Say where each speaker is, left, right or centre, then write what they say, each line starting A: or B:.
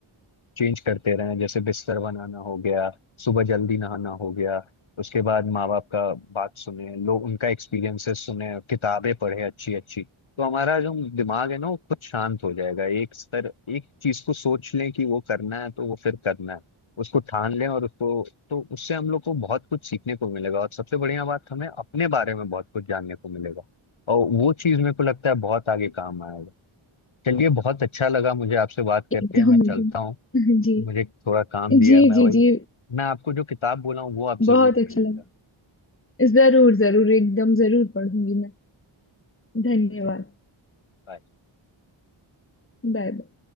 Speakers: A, on the left; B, on the left.
A: चेंज करते रहें जैसे बिस्तर बनाना हो गया सुबह जल्दी नहाना हो गया उसके बाद माँ बाप का बात सुने लोग उनका एक्सपीरियंसेस सुने किताबें पढ़े अच्छी अच्छी तो हमारा जो दिमाग है ना वो खुद शांत हो जाएगा एक स्तर एक चीज को सोच लें कि वो करना है तो वो फिर करना है उसको ठान लें और उसको तो उससे हम लोग को बहुत कुछ सीखने को मिलेगा और सबसे बढ़िया बात हमें अपने बारे में बहुत कुछ जानने को मिलेगा और वो चीज मेरे को लगता है बहुत आगे काम आएगा चलिए बहुत अच्छा लगा मुझे आपसे बात करके
B: एकदम
A: मैं चलता
B: एकदम
A: हूँ
B: <laughs> जी
A: मुझे थोड़ा काम भी
B: जी
A: है मैं
B: जी
A: वही
B: जी
A: मैं आपको जो किताब बोला हूँ वो आप जरूर
B: बहुत अच्छा
A: पढ़िएगा
B: लगा जरूर जरूर एकदम जरूर पढ़ूंगी मैं धन्यवाद
A: ठीक है चलिए bye।
B: Bye bye